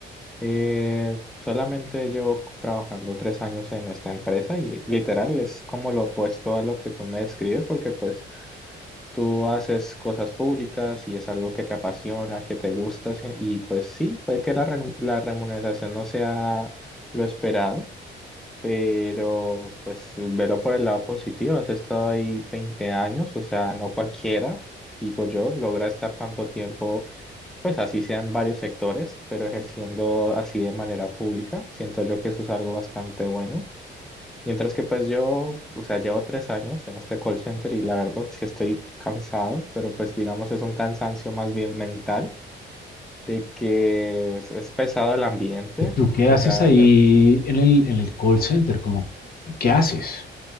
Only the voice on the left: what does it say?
¿Y ¿Tú qué
haces
ahí en el, en el call center? Como, ¿qué haces?